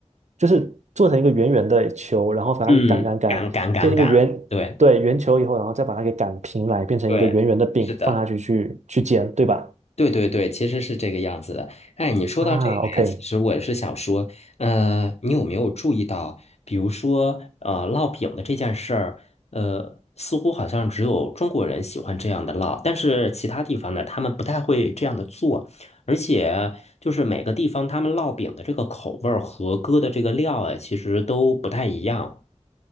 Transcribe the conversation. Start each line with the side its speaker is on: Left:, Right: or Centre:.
Right: 就是做成一个圆圆的球，然后把它给擀擀擀，
Left: 嗯，敢敢敢敢，
Right: 变成一个圆，
Left: 对
Right: 对，圆球以后，然后再把它给擀平来，变成一个圆圆的饼，
Left: 对，是的。
Right: 放下去去去煎，对吧？
Left: 对对对，其实是这个样子的。哎，你说到这个呀，
Right: 啊，OK。
Left: 其实我是想说，呃，你有没有注意到，比如说，呃，烙饼的这件事儿，呃，似乎好像只有中国人喜欢这样的烙，但是其他地方呢，他们不太会这样的做，而且就是每个地方他们烙饼的这个口味儿和搁的这个料啊，其实都不太一样。